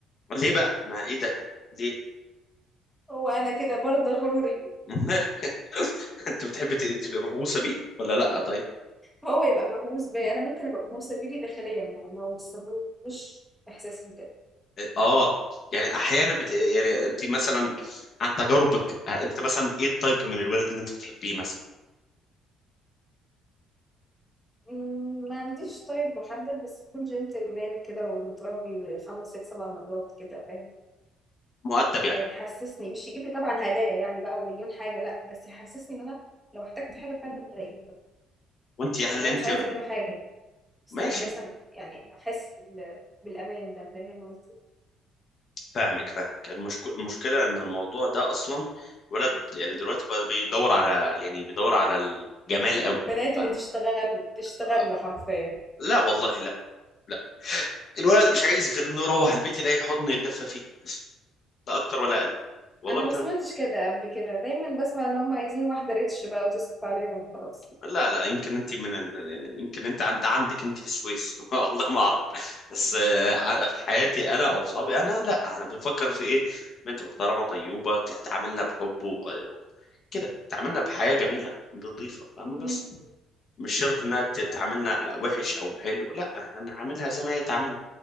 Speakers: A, on the left (about 40°); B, in the centre.
A: ليه بقى ما ايه ده ليه
B: هو أنا كده برضه غروري
A: <laughs> انت بتحبي ت- تبقى مهووسه بيه ولا لا طيب
B: هو يبقى مهووس بيا أنا ممكن أبقى مهووسة بيه داخليا ما ما أوصلوش إحساسي بجد
A: اه يعني احيانا بت... يعني انت مثلا عن تجاربك آه، انت مثلا ايه التايب من الولد اللي انت بتحبيه مثلا
B: مم، ما عنديش طيب محدد بس يكون جنتلمان كده ومتربي خمس ست سبع مرات كده فاهم
A: مؤدب يعني
B: يحسسني مش يجيب لي طبعا هدايا يعني بقى ومليون حاجة لا بس يحسسني إن أنا لو احتجت حاجة فعلا هلاقيه بقى
A: وانت هل
B: وأنا
A: انت
B: مش عايزة منه حاجة بس
A: ماشي
B: أنا مثلا يعني أحس بال- بالأمان ده فاهم قصدي؟
A: فاهمك
B: مم.
A: فاهمك المشك... المشكله ان الموضوع ده اصلا الولد يعني دلوقتي بقى بيدور على يعني بيدور على الجمال قوي
B: البنات
A: فاهم
B: اللي تشتغل تشتغل
A: آه.
B: له حرفيا
A: لا والله لا لا الولد مش عايز غير انه يروح البيت يلاقي حضن يتدفى فيه بس لا اكتر ولا اقل والله
B: انا
A: بكلم
B: ما سمعتش كده قبل كده دايما بسمع ان هم عايزين واحده ريتش بقى وتصرف عليهم خلاص
A: لا لا يمكن انت من ال... يمكن انت عند عندك انت في السويس <laughs> والله ما اعرف بس آه، ع- في حياتي انا او صحابي انا لا احنا بنفكر في ايه بنت محترمه طيوبه تعاملنا بحب و... كده تعاملنا بحياه جميله نظيفه فاهمه
B: مم.
A: بس مش شرط انها ت- تعاملنا وحش او حلو لا احنا نعاملها زي ما هي تعاملنا